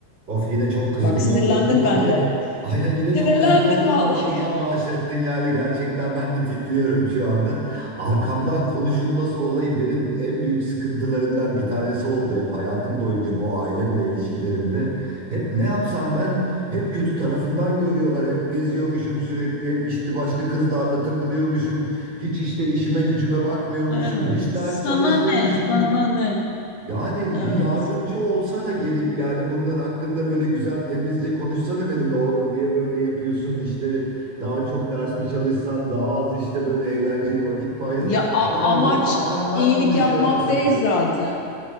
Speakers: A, on the right (about 35°); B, on the left (about 75°).
A: Of yine çok kızgın
B: Bak sinirlendim
A: olduğum bir konuya
B: ben de.
A: gel. Aynen yine
B: Sinirlendim
A: çok kızgın olduğum
B: vallahi.
A: bir konudan
B: <laughs>
A: bahsettin yani gerçekten ben de titriyorum şu anda. Arkamdan konuşulması olayı benim en büyük sıkıntılarımdan bir tanesi oldu hep hayatım boyunca bu ailemle ilişkilerimde. Hep ne yapsam ben hep kötü tarafından görüyorlar. Hep geziyormuşum sürekli. Hep işte başka kızlarla takılıyormuşum. Hiç işte işime gücüme bakmıyormuşum.
B: Evet.
A: Hiç ders
B: Sana
A: çalışmıyormuşum.
B: ne? Sana ne?
A: Yani
B: Evet.
A: bir yardımcı olsana gelip yani bunlar hakkında böyle güzel temizce konuşsana benimle oğlum niye böyle yapıyorsun işte daha çok ders mi çalışsan daha az işte böyle eğlenceye vakit mi ayırs
B: Ya a-
A: falan
B: amaç
A: yok arkamdan
B: iyilik
A: konuşuyorlar
B: yapmak
A: sadece.
B: değil zaten.